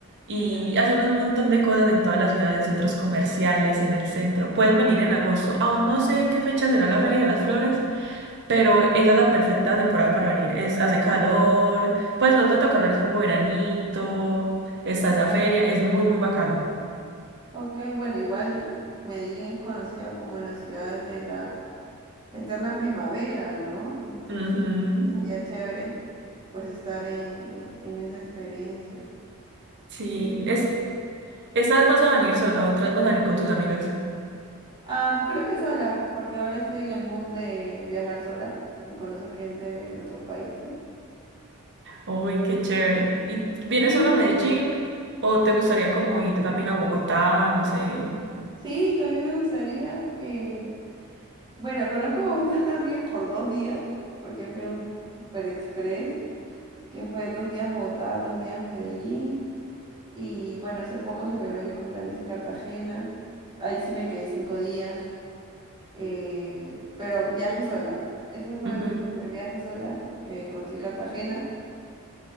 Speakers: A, on the right; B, on the right.
A: y
B: Ya.
A: hacen un montón de cosas en toda la ciudad, en centros comerciales, en el centro, puedes venir en agosto, aún no sé en qué fecha será la Feria de las Flores, pero esa es la perfecta temporada para venir, es, hace calor, pues no tanto calor, es como veranito, está esa feria, es muy, muy bacano.
B: Ok, bueno, igual Medellín es conocida como la ciudad de la eterna primavera, ¿no? Entonces
A: Ujú.
B: sería chévere pues estar en, en- en esa experiencia.
A: Sí,
B: Y sí, sí.
A: es, estas vas a venir sola, otras vas a venir con tus amigas.
B: Am, creo que sola, porque ahora estoy en el mood de viajar sola y conocer gente de otros países.
A: Uy, qué chévere. ¿Y vienes
B: Sí,
A: sola a Medellín
B: por-
A: o te gustaría como ir también a Bogotá? No sé.
B: sí, también me gustaría, eh, bueno, conozco Bogotá <laughs> también por dos días, porque fui a un super express, que fue dos días Bogotá, dos días Medellín. Y bueno, hace poco celebré mi cumpleaños en Cartagena. Ahí sí me quedé cinco días, eh, pero viaje sola. Ese fue
A: Ujú,
B: mi
A: ujú.
B: primer viaje sola que conocí Cartagena.